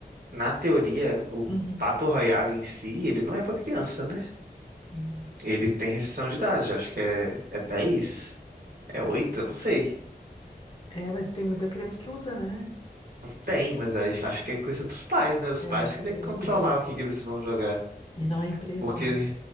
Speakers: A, on the right (about 65°); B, on the left (about 35°).
A: na teoria, o
B: Uhum.
A: Battle Royale em si, ele não é pra criança, né?
B: Uhum.
A: Ele tem restrição de idade, acho que é, é 10. É oito? Eu Não sei.
B: É, mas tem muita criança que usa, né?
A: Tem, mas acho, acho que é coisa dos pais, né? Os
B: É,
A: pais
B: que
A: que têm
B: deveria
A: que controlar
B: cuidar.
A: o que que eles vão jogar.
B: E não é empresa,
A: Porque,
B: né?